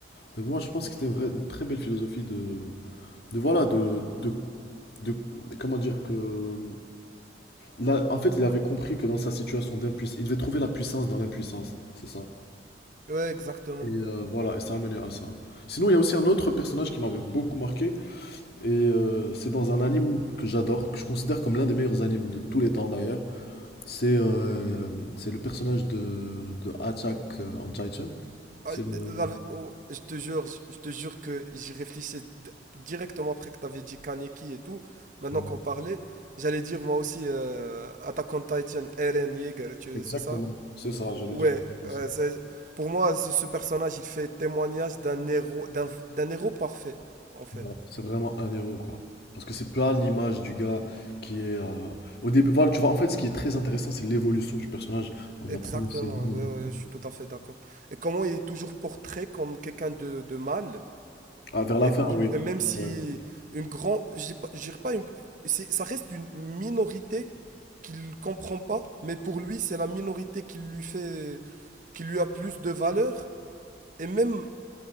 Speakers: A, on the left; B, on the right.
A: Donc, moi, je pense que c'était une vraie- une très belle philosophie de, de voilà, de, de, de- comment dire que Il en fait, il avait compris que dans sa situation d'impuissance, il devait trouver la puissance dans l'impuissance, c'est ça.
B: Ouais, exactement.
A: Et euh, voilà, et ça a mené à ça. Sinon, il y a aussi un autre personnage qui m'avait beaucoup marqué, et euh, c'est dans un anime que j'adore, que je considère comme l'un des meilleurs animes de tous les temps d'ailleurs. C'est euh, c'est le personnage de, de Attack euh, on Titan.
B: Ah,
A: C'est le,
B: la- oh, je te jure, je te jure que j'y réfléchissais d- directement après que tu avais dit Kaneki et tout. Maintenant
A: le-
B: qu'on parlait, j'allais dire moi aussi euh, Attack on Titan, Eren Yeager, tu
A: Exactement.
B: c'est ça?
A: C'est ça, j'allais
B: Ouais,
A: dire aussi.
B: euh, c'est- pour moi, ce, ce personnage, il fait témoignage d'un héros, d'un d'un héros parfait, en fait.
A: Ouais, C'est vraiment un héros, quoi. Parce que c'est pas l'image du gars qui est. euh, Au début, voilà, tu vois, en fait, ce qui est très intéressant, c'est l'évolution du personnage entre
B: Exactement,
A: la première saison
B: ouais,
A: et la
B: ouais,
A: fin.
B: je suis tout à fait d'accord. Et comment il est toujours portrait comme quelqu'un de, de mal,
A: Ah, vers la
B: Et,
A: fin,
B: plus-
A: oui.
B: et même si
A: Ouais.
B: une grande, je dis pas, je dirais pas une- c'est- ça reste une minorité qu'il comprend pas, mais pour lui, c'est la minorité qui lui fait, qui lui a plus de valeur. Et même